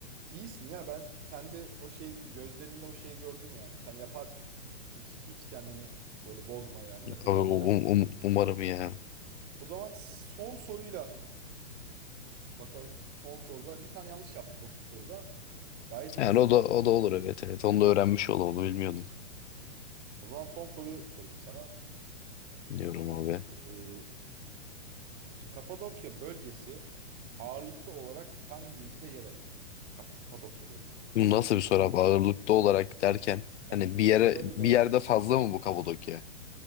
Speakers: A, on the right; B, on the left.
A: iyisin ya. Ben sende o şeyi gözlerinde o şeyi gördüm yani. Sen yaparsın. Hiç hiç kendini böyle bozma yani. Yapacağına
B: Um-
A: inan.
B: um- um- umarım ya.
A: O zaman son soruyla bakalım son soruda bir tane yanlış yaptım dokuz soruda. Gayet iyisin.
B: Yani o da o da olur evet evet. Onu da öğrenmiş olalım. Onu bilmiyordum.
A: O zaman son soruyu sorayım sana.
B: Diyorum abi.
A: Ee, şimdi Kapadokya bölgesi ağırlıklı olarak hangi ilde yer alır? Kapadokya bölgesi.
B: Bu nasıl bir soru abi? Ağırlıklı olarak derken
A: Yani
B: hani bir yere
A: şöyle
B: bir yerde fazla mı bu Kapadokya?